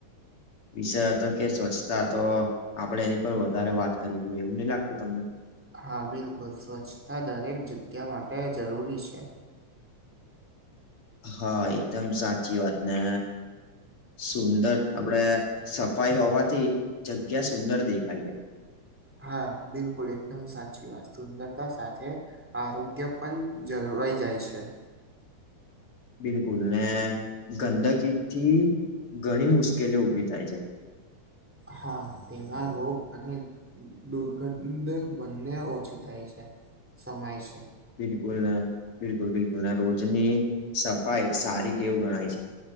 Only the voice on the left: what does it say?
વિષય હતો કે સ્વચ્છતા ત આપડે એની પર વધારે વાત કરવી જોઈએ એવું નહી લાગતું તમને.
હા એકદમ સાચી વાત ને સુંદર આપડે. સફાઈ હોવાથી જગ્યા સુંદર દેખાય છે.
બિલકુલ ને ગંદકી થી ઘણી મુશ્કેલીઓ ઉભી થાય છે.
બિલકુલ બિલકુલ બિલકુલ રોજની સફાઈ સારી વું ગણાય છે.